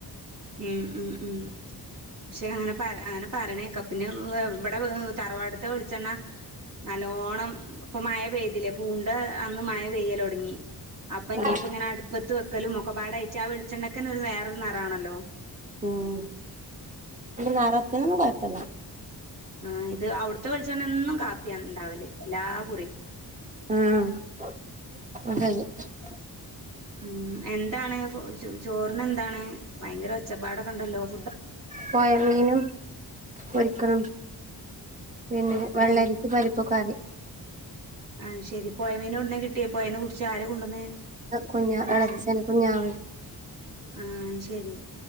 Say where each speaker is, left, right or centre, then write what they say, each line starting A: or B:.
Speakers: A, on the right; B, on the right.
A: ഉം ഉം ഉം പക്ഷെ അങ്ങനെ പ അങ്ങനെ പറരണേക്കെ പിന്നെ ഇവിടെ തറവാട ഇൻ്റെ വിളിച്ചെണ്ണ നല്ലോണം ഇപ്പമയ പെയ്തില്ലേ പൂണ്ട ഇടെ അന്ന് മഴ പെയ്യൽ തുടങ്ങി അപ്പൊ
B: ആഹ്
A: ഇ ഇങ്ങനെ വത്ത് വെക്കലും മുക്കപാട് അയച്ച ആ വിളിച്ചെണ്ടക്കനെ ഒരു വേറൊരുനിറാണല്ലോ
B: ഉം ഇ നറത്തനന്നുംകൊയപ്പല്യ
A: ആഹ ഇത് അവിടുത്തെ വെളിച്ചെണ്ണഎന്നും കാപ്പിയാ ഉണ്ടാവല് എല്ലാ കുടിയും
B: ആഹ് <unintelligible>
A: ഉം എന്താണ് <unintelligible> ചോറിന് എന്താണ് ഭയങ്കര ഒച്ചപ്പാടൊക്കെ ഉണ്ടല്ലോ ഫുഡ്
B: പൊയ മീനും പൊരിക്കണം പിന്നെ വെള്ളരിക്ക്
A: ഏ
B: പരിപ് പരിപ്പ് കറി
A: ആഹ് ശരി പൊയമീൻ എവിടുന്നാ കിട്ട് -- കീ ട്ടിയോ പൊയേന്ന് പിടിച്ച് ആര കൊണ്ടുവന്നെ
B: കുഞ്ഞ
A: ഓളച്ചൻ
B: ഇളച്ചന് കുഞ്ഞാവ
A: ആഹ് ശരി